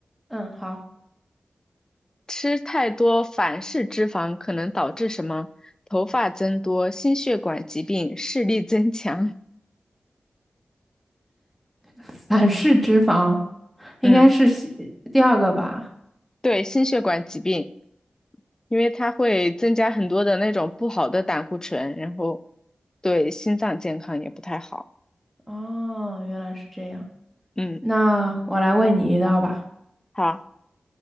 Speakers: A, in the centre; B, on the left.
A: 嗯，好，
B: 吃太多反式脂肪可能导致什么？头发增多、心血管疾病、视力增强。
A: 反式脂肪
B: 嗯，
A: 应该是西第二个吧？
B: 对，心血管疾病，因为它会增加很多的那种不好的胆固醇，然后对心脏健康也不太好。
A: 哦，原来是这样。
B: 嗯，
A: 那我来问你一道吧，
B: 好，